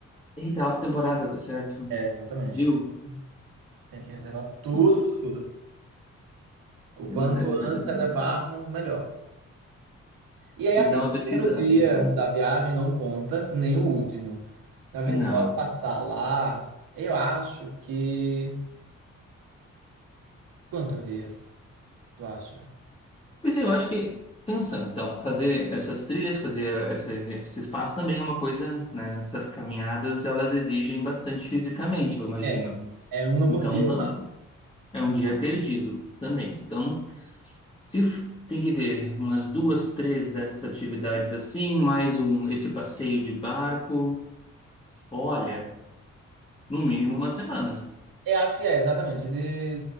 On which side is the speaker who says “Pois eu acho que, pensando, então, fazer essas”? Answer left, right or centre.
Left